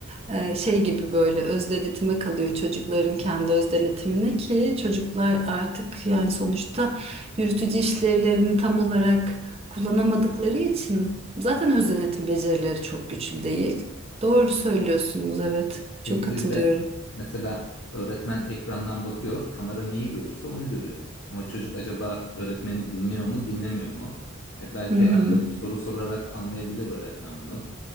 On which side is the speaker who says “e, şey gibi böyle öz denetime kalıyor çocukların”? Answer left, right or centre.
Right